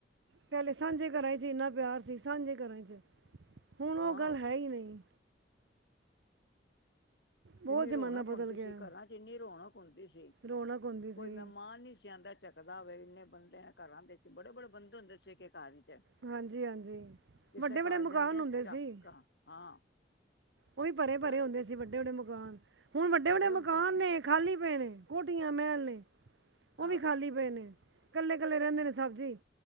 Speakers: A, on the right; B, on the left.
A: ਪਹਿਲੇ ਸਾਂਝੇ ਘਰਾਂ ਚ ਇੰਨਾ ਪਿਆਰ ਸੀ, ਸਾਂਝੇ ਘਰਾਂ ਚ ਹੁਣ ਉਹ
B: ਹਾਂ
A: ਗੱਲ, ਹੈ ਹੀ ਨਹੀਂ ਬਹੁਤ
B: ਇੰਨੀ
A: ਜ਼ਮਾਨਾ
B: ਰੌਣਕ
A: ਬਦਲ
B: ਹੁੰਦੀ
A: ਗਿਆ
B: ਸੀ, ਘਰਾਂ ਚ ਇੰਨੀ ਰੌਣਕ ਹੁੰਦੀ ਸੀ,
A: ਰੌਣਕ ਹੁੰਦੀ
B: ਕੋਈ
A: ਸੀ
B: ਮੈਂਹਮਾਂਣ ਨੀ ਸੀ ਆਂਂਦਾ ਝਕਦਾ ਵੇ, ਇੰਨੇ ਬੰਦੇ ਘਰਾਂ ਦੇ ਵਿੱਚ, ਬੜੇ-ਬੜੇ ਬੰਦੇ ਹੁੰਦੇ ਸੀ, ਇਕ-ਇਕ ਘਰ ਚ
A: ਹਾਂਜੀ ਹਾਂਜੀ
B: ਕਿਸੇ
A: ਵੱਡੇ
B: ਘਰ
A: ਵੱਡੇ
B: ਜਾਂਦੇਆ
A: ਮਕਾਨ ਹੁੰਦੇ
B: ਝਾਕਾ
A: ਸੀ
B: ਹਾਂ
A: ਉਹ ਵੀ ਭਰੇ-ਭਰੇ
B: ਚਾ
A: ਹੁੰਦੇ ਸੀ ਵੱਡੇ-ਵੱਡੇ ਮਕਾਨ, ਹੁਣ ਵੱਡੇ-ਵੱਡੇ
B: ਭਰੇ
A: ਮਕਾਨ
B: ਹੁੰਦੇ ਸੀ
A: ਨੇ ਖਾਲੀ ਪਏ ਨੇ, ਕੋਟੀਆਂ ਮਹਿਲ ਨੇ,
B: ਹਾਂ
A: ਉਹ ਵੀ ਖਾਲੀ ਦੇਨੇ ਕੱਲੇ-ਕੱਲੇ ਰਹਿੰਦੇ ਨੇ ਸਬ ਜ਼ੀ,